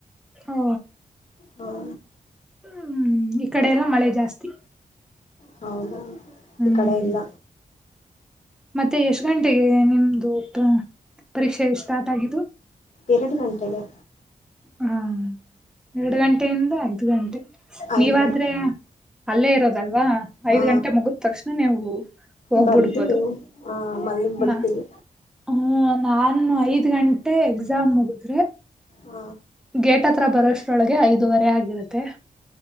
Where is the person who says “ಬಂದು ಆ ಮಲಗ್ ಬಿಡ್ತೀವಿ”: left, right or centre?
Left